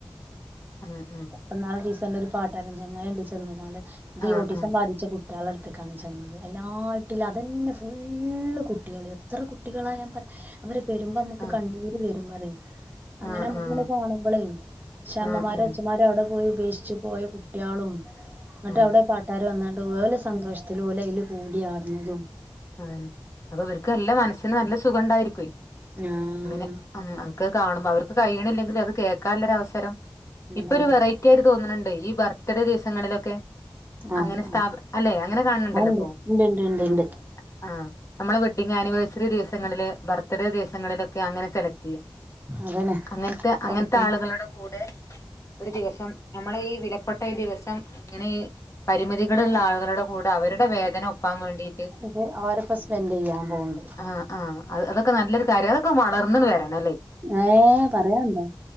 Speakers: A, on the left; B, on the right.
A: ഉം ഉം
B: ഇപ്പം ഇന്നാളൊരീസണ്ട് ഒരു പാട്ടാരം ചെങ്ങായിണ്ട് ചെന്നുങ്ങാണ്ട് തി
A: ആഹ്
B: ഓട്ടിസം
A: ആഹ്
B: ബാധി ച്ച കുട്ടികള അട്ത്ത്ക്കാണ് ചെന്നത് അയ്നാട്ടില് അതന്നെ ഫുള്ള് കുട്ടികള് എത്ര കുട്ടികളാ ഞാൻ പറ അവര് വര്മ്പ നമ്മക്ക്
A: ആഹ്
B: കണ്ണീര് വെരും പറയും അങ്ങന
A: ആഹ്
B: നമ്മക്ക്‌
A: ആഹ്
B: ഇങ്ങന കാണുമ്പളെ പക്ഷെ അമ്മമാരോ
A: ആഹ് ആഹ്
B: അച്ഛമാരോ അവടെ പോയി ഉപേക്ഷി ച്ചു പോയ കുട്ടികളും എന്നിട്ട്
A: ആഹ്
B: അവടെ പട്ട് ട്ടാര് വന്നാണ്ട് ഓലെ സന്തോഷത്തില് ഓൽ അയ്ല് കൂടിയാട്ണതും
A: അതന്നെ അപ്പ ഇവര്ക്ക് നല്ല മനസ്സിന് നല്ല സുഖം ഉണ്ടാരിക്കുവെ
B: ആഹ്
A: അങ്ങനെ ഉം അതൊക്കെ കാണുമ്പ അവർക്ക് കയ്യണില്ലെങ്കിലും അത് കേക്കാല്ലൊരു അവസരം
B: അതാണ്
A: ഇപ്പ ഒരു വെറൈ ക്കെര് തോന്ന്ണ് ണ്ട് ഈ ബർത്ത്ഡേ ദിവസങ്ങളിലൊക്കെ
B: ആഹ്
A: അങ്ങനെ സ്ഥാപ
B: ആഹ്
A: അല്ലെ അങ്ങനെ കാണ് ണ് ണ്ടല്ലപ്പോ
B: ഇണ്ട് ഇണ്ട് ഇണ്ട് ഇണ്ട്
A: ആഹ്
B: ഇണ്ട്
A: ആഹ് നമ്മള് വെഡിങ്ങാനിവേഴ്സറി ദിവസങ്ങളില് ബർത്ത്ഡേ ദിവസങ്ങളിലൊക്കെ അങ്ങന സെലക്റ്റിയ്യാം
B: അതന്നെ
A: അങ്ങൻത്തെ അങ്ങൻത്തെ
B: ഓൽക്ക്
A: ആളുകള്ടെ കൂടെ ഒര് ദിവസം ഞമ്മളെ ഈ വിലപ്പെട്ട ഈ ദിവസം ഇങ്ങനെ പരിമിതികള് ഇള്ള ആള്കളുടെ കൂടെ അവരുടെ വേദന ഒപ്പാം വേണ്ടീട്ട്
B: <unintelligible> അവരൊക്കെ സ്പെൻഡെയ്യാം പോവ്ണ്ട്
A: അഹ് ആഹ് അത് അതൊക്കെ നല്ലൊര് കാര്യ അതൊക്കെ വളർന്ന്ണ് വെരണല്ലേ
B: ഏഹ് പറേണ് ണ്ടോ